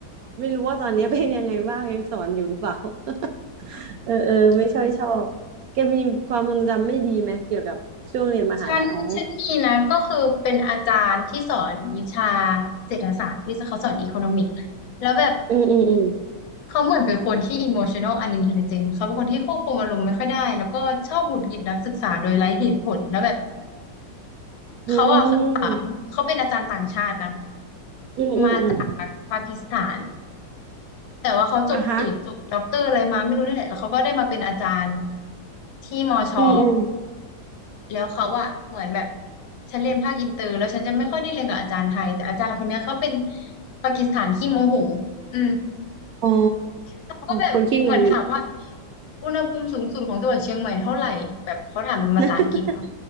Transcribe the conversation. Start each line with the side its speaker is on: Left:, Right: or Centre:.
Right: ไม่รู้ว่าตอนนี้เป็นยังไงบ้างยังสอนอยู่หรือเปล่า <laughs> เออเออไม่ค่อยชอบแกมีความทรงจำไม่ดีไหมเกี่ยวกับช่วงเรียนมหาลัยอ๋อ
Left: ฉันฉันมีนะก็คือเป็นอาจารย์ที่สอนวิชาเศรษฐศาสตร์ที่เขาสอนอีโคโนมิกแล้วแบบ
Right: อืมอืมอืม
Left: เขาเหมือนเป็นคนที่ emotional unintelligent เขาเป็นคนที่ควบคุมอารมณ์ไม่ค่อยได้แล้วก็ชอบหงุดหงิดนักศึกษาโดยไร้เหตุผลแล้วแบบเขาอ่ะเคยถามเขาเป็นอาจารย์ต่างชาตินะ
Right: อืมอืมอืม
Left: มาจากปากีสถาน
Right: อืม
Left: แต่ว่าเขาจบเอกจบด็อกเตอร์อะไรมาไม่รู้นี่แหละแล้วเขาก็ได้มาเป็นอาจารย์
Right: อ่ะฮะ
Left: ที่มอชอ
Right: อืมอืม
Left: แล้วเขาอะเหมือนแบบฉันเรียนภาคอินเตอร์แล้วฉันจะไม่ค่อยได้เรียนกับอาจารย์ไทยแต่อาจารย์คนเนี้ยเขาเป็นปากีสถานขี้โมโหอืม
Right: อ๋อ
Left: เขาก็แบบเหมือนถามว่า
Right: คนขี้งุนงิด
Left: อุณหภูมิสูงสุดของจังหวัดเชียงใหม่เท่าไหร่แบบเขาถามเป็นภาษาอังกฤษเนอะ
Right: <laughs>